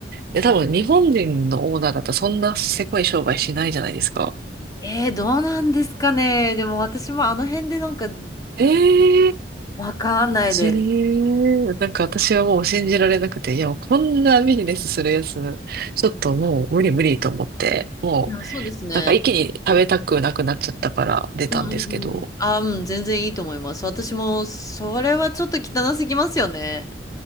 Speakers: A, on the right; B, on the left.
A: で、多分日本人のオーナーだったらそんなせこい商売しないじゃないですか。
B: えー、どうなんですかね。でも私もあの辺でなんか、
A: ええー。
B: わかんないです。
A: えーなんか私はもう信じられなくて、いやもうこんなビジネスするやつ、ちょっともう無理無理と思って、もう
B: いや、そうですね。
A: なんか一気に食べたくなくなっちゃったから出たんですけど。
B: うんうんうん。あ、うん、全然いいと思います。私も、それはちょっと汚すぎますよね。